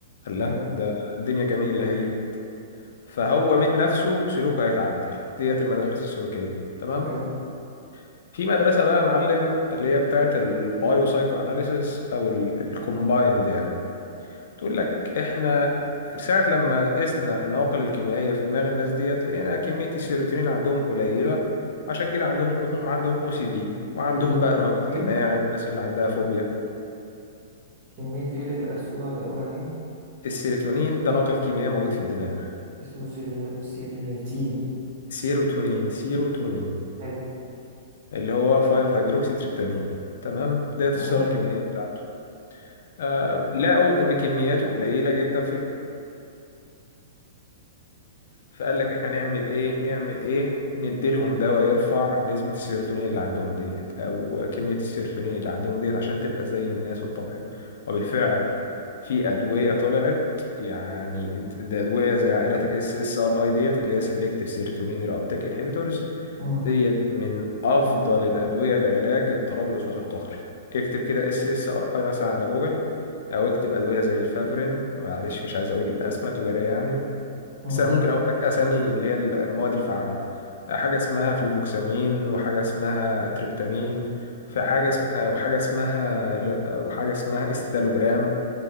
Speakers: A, on the left; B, on the right.
A: قال لا
B: حلو
A: ده الدنيا جميلة هي فهو من نفسه سلوكه هيتعدل ديت المدارس السلوكية تمام
B: حلو
A: في مدرسة بقى يا معلم اللي هي بتاعت البايو سايكو أناليسيس أو الكومبايند يعني تقول لك احنا ساعة لما قسنا النواقل الكيميائية في دماغ الناس ديت لقينا كمية السيروتونين عندهم قليلة عشان كده عندهم هم عندهم او سي دي وعندهم
B: كمية
A: بقى مم. رهاب اجتماعي
B: إيه
A: والناس اللي عندها فوبيا
B: كمية إيه اللي لقسوها لقوها إيه
A: السيروتونين ده ناقل كيميائي موجود في الدماغ
B: اسمه سيلينو- سيلينيتين
A: سيروتونين سيروتونين
B: حلو
A: اللي هو 5 هيدروكسي تريبتامين تمام ديت
B: تمام
A: الصيغة الكيميائية بتاعته آه لقوا ان كمياته قليلة جدا في فقال لك احنا نعمل ايه نعمل ايه نديلهم دواء يرفع نسبة السيروتونين اللي عندهم ديت او كمية السيروتونين اللي عندهم ديت عشان تبقى زي الناس الطبيعي وبالفعل في ادوية طلعت يعني ده ادوية زي عائلات الاس اس ار اي ديت اللي هي سيلكتيف سيروتونين الابتيك انهبيتورز
B: مم،
A: ديت من افضل الادوية لعلاج اضطراب الوسواس القهري اكتب كده اس اس ار اي مثلا على جوجل او اكتب ادوية زي الفافرين معلش مش عايز اقول الاسماء تجارية يعني
B: مم.
A: بس انا ممكن اقول لك اسامي اللي هي المواد الفعاله حاجه اسمها فلوفوكسامين وحاجه اسمها تريبتامين في حاجه اسم... آه، وحاجه اسمها وحاجه اسمها استالوبرام